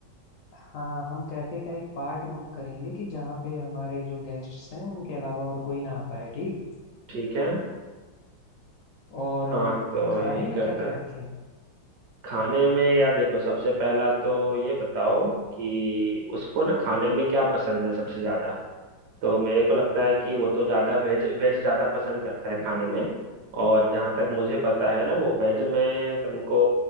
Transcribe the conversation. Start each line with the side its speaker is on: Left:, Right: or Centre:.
Left: हाँ हम कैफे का एक पार्ट बुक करेंगे कि जहाँ पे हमारे जो गेस्ट्स हैं उनके अलावा और कोई ना आ पाए ठीक
Right: ठीक है
Left: और
Right: हाँ तो
Left: खाने
Right: यही
Left: में
Right: करते
Left: क्या
Right: हैं
Left: क्या रखें
Right: खाने में यार देखो सबसे पहला तो ये बताओ कि उसको ना खाने में क्या पसंद है सबसे ज्यादा तो मेरे को लगता है कि वो तो ज़्यादा वेज वेज ज़्यादा पसंद करता है खाने में और जहाँ तक मुझे पता है ना वो वेज में तुमको